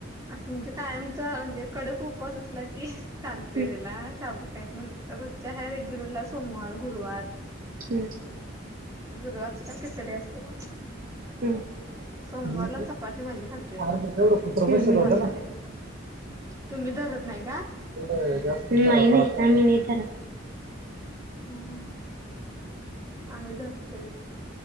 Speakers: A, on the right (about 20°); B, on the right (about 50°).
A: असं म्हणजे कायमचा म्हणजे कडक उपवास असला की चालते
B: हम्म
A: त्याला शाबू का पण रोजच्या ह्या रेग्युलरला सोमवार, गुरुवार
B: हम्म <unintelligible>
A: गुरुवारची काय खिचडी असत्या.
B: हम्म
A: सोमवारला
B: हम्म.
A: चपाती भाजी खाते
B: अर्ध
A: मी
B: जेवढं कुत्र बसलं
A: भात
B: होतं ना
A: खायच, तुम्ही धरत नाही का?
B: नाही नाही आम्ही नाही धरत.
A: <unintelligible> आम्ही धरतोय